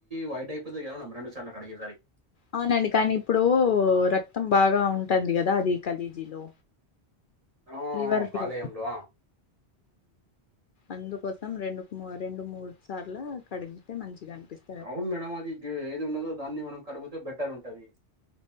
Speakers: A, on the right (about 35°); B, on the left (about 60°).
A: వైట్ అయిపోతుంది కద మేడం రెండు సార్లు కడిగేసారికి
B: అవునండి కానీ ఇప్పుడు రక్తం బాగా ఉంటుంది కదా అది ఖలేజీలో
A: ఆ!
B: లివర్ ఫ్లో
A: కాలేయంలో ఆ!
B: అందుకోసం రెండు రెండు మూడు సార్లు కడిగితే మంచిగా అనిపిస్తుంది
A: అవును మేడం అది ఏది ఉన్నదో దాన్ని మనం కడిగితే బెటర్ ఉంటది